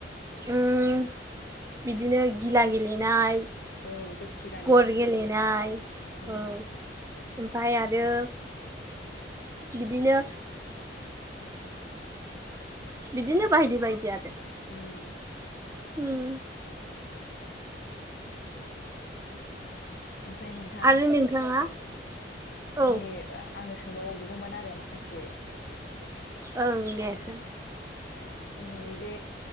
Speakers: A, on the right; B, on the left.
A: उम बिदिनो गिला गेलेनाय
B: औ बे थिगानो
A: गर गेलेनाय
B: उम
A: औ ओमफाय आरो बिदिनो बिदिनो बायदि-बायदि आरो
B: उम
A: उम
B: ओमफ्राय नोंथां
A: आरो नोंथाङा। औ
B: नि आङो सोंबावगौमोन आरो माखासे
A: ओं देसों
B: जोंनि बे